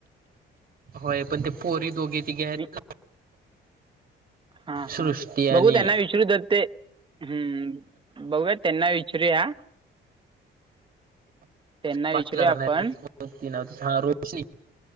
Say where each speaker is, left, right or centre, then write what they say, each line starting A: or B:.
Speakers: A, on the right; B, on the right.
A: होय, पण ते पोरी दोघी तीघी हायत
B: मी
A: नां.
B: हा
A: सृष्टी
B: हा
A: आणि
B: बघू त्यांना विचारू जर ते... हम्म बघूया त्यांना विचारूया. त्यांना
A: पाचला
B: विचारूया
A: राहणार
B: आपण
A: नाव रोशनी